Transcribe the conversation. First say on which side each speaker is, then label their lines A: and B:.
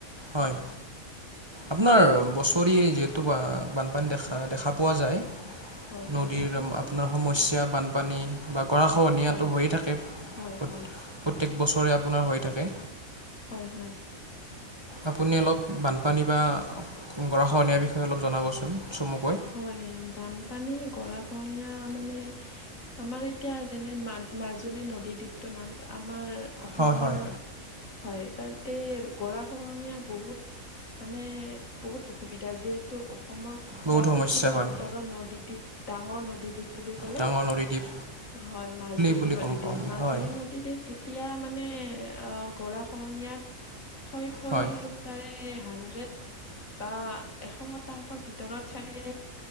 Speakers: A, on the right; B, on the left.
A: হয় আপোনাৰ
B: হয়
A: বছৰি যিহেতু বানপানী দেখা দেখা পোৱা যায়।
B: হয় হয়
A: নদীৰ
B: হয় কওকচোন
A: আপোনাৰ সমস্যা বানপানী বা গৰা খহনীয়াটো
B: হয়
A: হৈয়ে থাকে। প্ৰত্য
B: হয়, হয়,
A: বছৰে আপোনাৰ হৈ থাকে।
B: হয় হয়।
A: আপুনি অলপ বানপানী বা গৰখহনীয়াৰ বিষয়ে অলপ জনাবচোন। চমুকৈ।
B: হয়। বানপানী গৰা খহনীয়া মানে আমাৰ এতিয়া যেনে মাজ মাজুলী নদী দ্বীপটো না আমাৰ অসমৰ
A: হয় হয়
B: হয় তাত তে গৰা খহনীয়া বহুত মানে বহুত অসুবিধা যিহেতু অসমৰ
A: বহুত
B: বা
A: সমস্যা
B: পৃথিৱীৰ
A: হয়
B: ভিতৰত নদীদ্বীপ ডাঙৰ নদীদ্বীপ বুলি কলে
A: ডাঙৰ নদীদ্বীপ
B: হয় মাজুলী
A: বুলি
B: নদী
A: গম পাওঁ
B: দিম
A: আমি
B: মাজুলী
A: হয়
B: নদী দিম এতিয়া এতিয়া মানে অ' গৰা খহনীয়াত খয় খয়
A: হয়
B: তাৰে হাণ্ড্ৰেড বা এশ শতাংশৰ ভিতৰত। চাগে